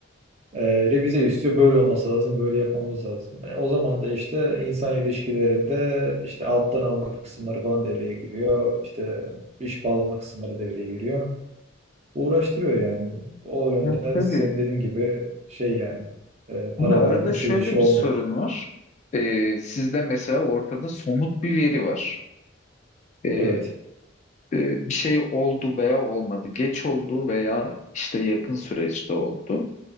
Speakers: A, on the right; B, on the left.
A: e, revize istiyor. Böyle olması lazım, böyle yapmamız lazım. E, o zaman da işte insan ilişkilerinde işte alttan alma kısımları falan devreye giriyor. İşte iş bağlama kısımları devreye giriyor uğraştırıyor yani. O yönden
B: Hı. Tabii.
A: senin dediğin gibi şey yani e, para
B: Şimdi arada
A: verdim
B: şöyle
A: çöz işi olmuyor.
B: bir sorun var. Ee, sizde mesela ortada somut bir veri var. Ee,
A: Evet,
B: e, bir şey oldu veya olmadı. Geç oldu veya işte yakın süreçte oldu.